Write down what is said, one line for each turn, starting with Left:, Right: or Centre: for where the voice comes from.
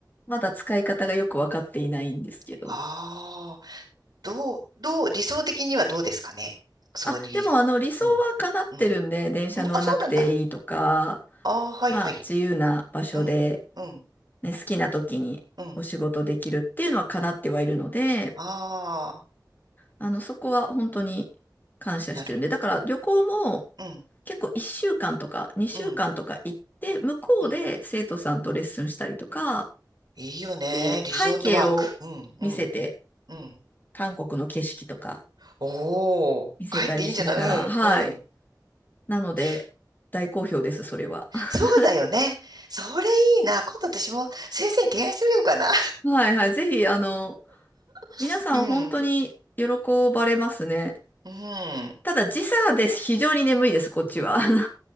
Left: まだ使い方がよくわかっていないんですけど。
Right: ああー、どう、どう、理想的にはどうですかね。そうい
Left: あ、でもあの理想は叶ってるんで、
Right: う、うん。うん。ん
Left: 電車乗らなくていいとか、
Right: あ、そうなんだ。ああ、はいはい。
Left: まあ自由な場所で、
Right: うん、うん、
Left: ね、好きな時にお仕事できるっていうのは叶ってはいるので、
Right: うん。ああ、
Left: あの、そこは本当に感謝してるんで、
Right: なるほ
Left: だから旅行も
Right: ど。うん、
Left: 結構1週間とか2週間とか行って、
Right: うん、
Left: 向こうで生徒さんとレッスンしたりとか、
Right: うん。いいよね。
Left: で、
Right: リゾートワーク。
Left: 背景を見せて、
Right: うん、うん、うん。
Left: 韓国の景色とか
Right: おお、
Left: 見せたりしながら、
Right: 帰っていいんじゃないうん、
Left: はい。
Right: うん。
Left: なので、
Right: リフ
Left: 大好評です、それは。<laughs>
Right: そうだよね。それいいな。今度私も先生に提案してみようかな。
Left: はいはい。ぜひ、あの、
Right: <laughs>
Left: 皆さん本当に喜ばれますね。
Right: うん、うん。
Left: ただ、時差です。非常に眠いです、こっちは。<laughs> あの